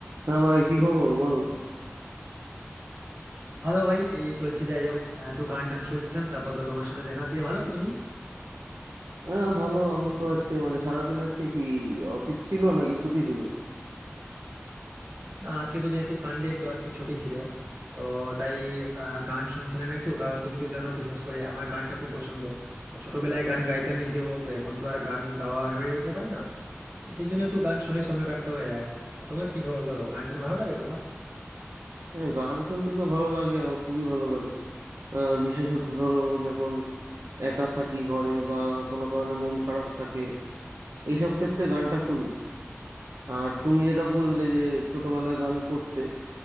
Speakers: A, on the right (about 90°); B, on the right (about 60°).
A: হ্যাঁ ভাই কি খবর বলো
B: ভালো ভাই এই চলছে যাই হোক আহ, একটু গান টান শুনছিলাম তারপর তো তোমার সাথে দেখা দিয়ে ভালো তো তুমি
A: হ্যাঁ ভালো আমি তো আজকে মানে সারাদিন আজকে কি অফিস ছিল নাকি ছুটি ছিল
B: না, আজকে তো যেহেতু সানডে তো আজকে ছুটি ছিল তো তাই আহ, গান শুনছিলাম একটু কারণ তুমি তো জানো বিশেষ করে আমার গানটা খুব পছন্দ তো ছোটবেলায় গান গাইতাম নিজেও তো এখন তো আর গান গাওয়া হয়ে উঠে পারে না তো সেই জন্য একটু গান শুনে সময় কাটতে হয় আর আর তোমার কি খবর বলো গান টান ভালো লাগে তোমার
A: হ্যাঁ, গান শুনতে তো ভালো লাগে আমার খুবই ভালো লাগে আহ, বিশেষত ধরো যখন একা থাকি ঘরে বা কোনো কারণে মন খারাপ থাকে এইসব ক্ষেত্রে গানটা শুনি আর তুমি যেটা বললে যে ছোটবেলায় গান করতে